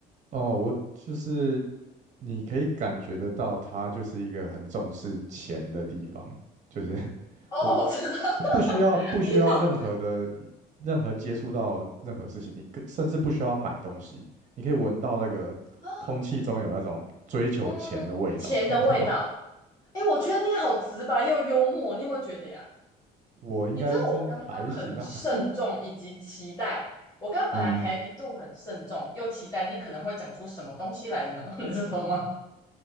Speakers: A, on the right (about 45°); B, on the left (about 20°).
A: 哦，我就是你可以感觉得到，他就是一个很重视钱的地方。就是 <laughs>
B: 哦，
A: 我
B: 我知道，<laughs>
A: 不需要不需要任何的任何接触到任何事情，
B: 你好，
A: 你可甚至不需要买东西，你可以闻到那个空气中有那种追求钱的味道，
B: 啊嗯，钱的味道。
A: 你知道吗？
B: 哎，我觉得你好直白又幽默，你有没有觉得呀？
A: <laughs> 我应该是还行啊，
B: 你知道我刚刚很慎重以及期待，我刚刚本来还一度很慎重又期待你可能会讲出什么东西来呢，
A: <laughs> 嗯，
B: <laughs> 你知道吗？